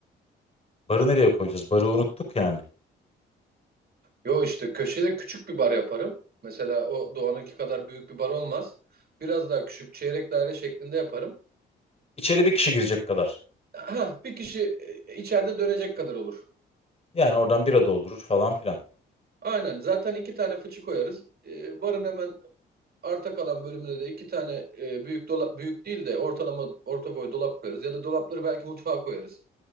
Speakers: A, on the left (about 30°); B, on the right (about 50°).
A: Barı nereye koyacağız? Barı unuttuk yani.
B: Yo işte köşede küçük bir bar yaparım. Mesela o Doğan'ınki kadar büyük bir bar olmaz. Biraz daha küçük çeyrek daire şeklinde yaparım.
A: İçeri bir kişi girecek kadar.
B: Ha, bir kişi e, içeride dönecek kadar olur.
A: Yani oradan bira doldurur falan filan.
B: Aynen zaten iki tane fıçı koyarız. E, barın hemen arta kalan bölümüne de iki tane e, büyük dolap büyük değil de ortalama orta boy dolap koyarız. Ya da dolapları belki mutfağa koyarız.